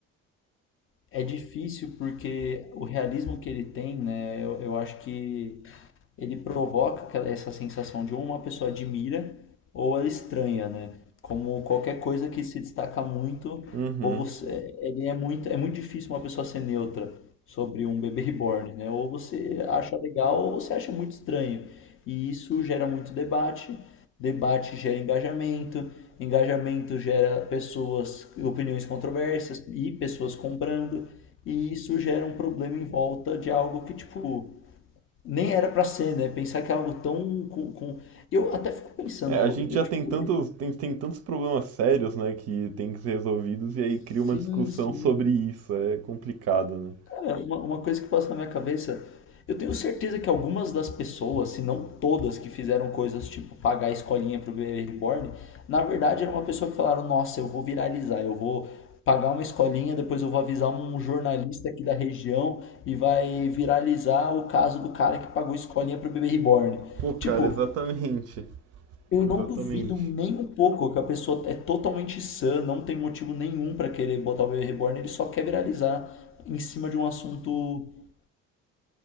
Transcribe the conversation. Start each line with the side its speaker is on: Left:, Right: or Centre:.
Left: É difícil porque o realismo que ele tem, né, eu, eu acho que ele provoca aquela- essa sensação de ou uma pessoa admira ou ela estranha, né? Como qualquer coisa que se destaca muito,
Right: Uhum.
Left: ou você, ele é muito, é muito difícil uma pessoa ser neutra sobre um bebê reborn, né? Ou você acha legal ou você acha muito estranho. E isso gera muito debate, debate gera engajamento, engajamento gera pessoas, opiniões controversas e pessoas comprando, e isso gera um problema em volta de algo que, tipo, nem era pra ser, né? Pensar que é algo tão com, com... Eu até fico pensando,
Right: É, a gente
Left: eu,
Right: já
Left: tipo,
Right: tem tantos, tem, tem tantos problemas sérios, né, que tem que ser resolvidos, e aí cria
Left: sim,
Right: uma discussão
Left: sim.
Right: <laughs> sobre isso. É complicado, né?
Left: Cara, uma, uma coisa que passa na minha cabeça, eu tenho certeza que algumas das pessoas, se não todas, que fizeram coisas tipo pagar a escolinha pro bebê reborn, na verdade era uma pessoa que falaram, nossa, eu vou viralizar, eu vou pagar uma escolinha, depois eu vou avisar um jornalista aqui da região e vai viralizar o caso do cara que pagou escolinha pro bebê reborn.
Right: Pô, cara,
Left: Tipo,
Right: exatamente.
Left: Eu
Right: Exatamente.
Left: não duvido nem um pouco que a pessoa é totalmente sã, não tem motivo nenhum pra querer botar o bebê reborn, ele só quer viralizar em cima de um assunto,